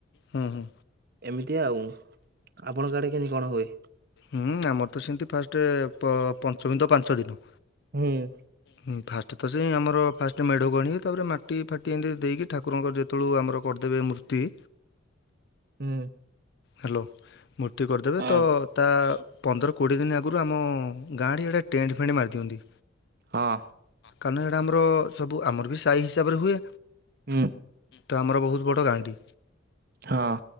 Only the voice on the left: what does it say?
ହୁଁ ହୁଁ।
ହୁଁ ଆମର ତ ସେମିତି ଫାଷ୍ଟ ପ ପଞ୍ଚମୀ ତ ପାଞ୍ଚ ଦିନ।
ହୁଁ ଫାଷ୍ଟ ତ ସେଇ ଆମର ଫାଷ୍ଟ ମେଢ଼କୁ ଆଣିବେ ତାପରେ ମାଟି ଫାଟି ଏମିତି ଦେଇକି ଠାକୁରଙ୍କର ଯେତ ଜେଉ ଆମର କରିଦେବେ ମୂର୍ତ୍ତି।
ହ୍ୟାଲୋ, ମୂର୍ତ୍ତି କରିଦେବେ
ତ ତା ପନ୍ଦର କୋଡ଼ିଏ ଦିନ ଆଗରୁ ଆମ ଗାଁରେ ଆରେ। ଟେଣ୍ଡ ଫେଟ ମାରି ଦିଅନ୍ତି।
କାରଣ ସେଇଟା ଆମର ସବୁ ଆମର ବି ସାହି ହିସାବରେ ହୁଏ।
ତ ଆମର ବହୁତ ବଡ଼ ଗାଁଟି